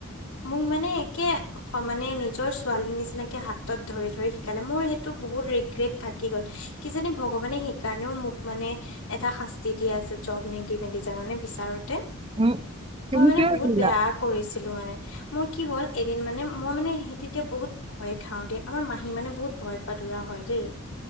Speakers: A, on the left; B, on the right.
A: মোক মানে একে- সমানে নিজৰ ছোৱালী নিচিনাকে হাতত ধৰি, ধৰি শিকালে, মোৰ সেইটো বহুত ৰিগ্ৰেট- থাকি গ'ল, কিজানি ভগৱানে সেইকাৰণেও মোক মানে- এটা শাস্তি দি আছে, জব নিদি পেনি জানানে বিচাৰোতে।
B: উম তুমি
A: মই মানে
B: কিয়
A: বহুত
B: দিলা
A: বেয়া কৰিছিলো মানে। মোৰ কি হ'ল এদিন মানে, মই মানে সে তেতিয়া বহুত- ভয় খাওঁ দেই, আমাৰ মাহী মানে বহুত ভয় পাদুৰা হয় দেই।